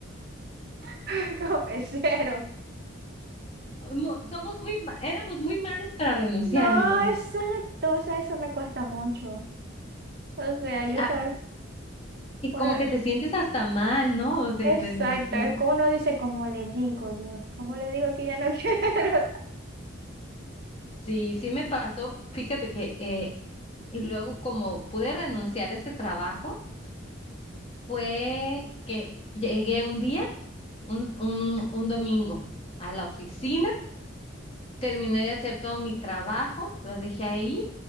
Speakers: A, on the right (about 50°); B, on the left (about 30°).
A: <laughs> como mesero.
B: Mu- Somos muy, ma- éramos muy malos para renunciar,
A: No,
B: entonces.
A: exacto, o sea, eso me cuesta mucho. O sea,
B: Sí,
A: yo
B: ah,
A: estaba,
B: y
A: uno,
B: como que te sientes hasta mal, ¿no? De
A: exacto,
B: renunciar.
A: es como uno dice, como le digo, Dios, como le digo que ya no <laughs> quiero.
B: Sí, sí me pasó. Fíjate que, eh, y luego como pude renunciar a ese trabajo. Fue que llegué un día, un, un, un domingo, a la oficina, terminé de hacer todo mi trabajo, lo dejé ahí,